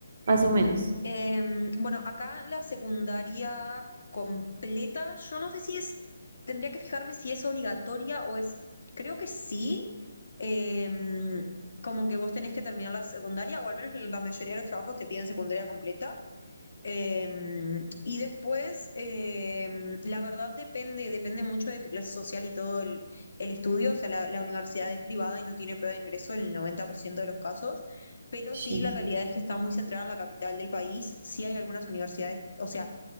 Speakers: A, on the right (about 35°); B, on the left (about 55°).
A: más o menos.
B: Em, bueno, acá la secundaria completa, yo no sé si es, tendría que fijarme si es obligatoria o es, creo que sí, em, como que vos tenés que terminar la secundaria, o al menos la mayoría de los trabajos te piden secundaria completa, eh, y después, eh, la verdad depende, depende mucho de tu clase social y todo el, el estudio. O sea, la, la universidad es privada y no tiene prueba de ingreso en el 90% de los casos, pero sí
A: Shen-
B: la realidad es que está muy centrada en la capital del país. Sí hay algunas universidades, o sea,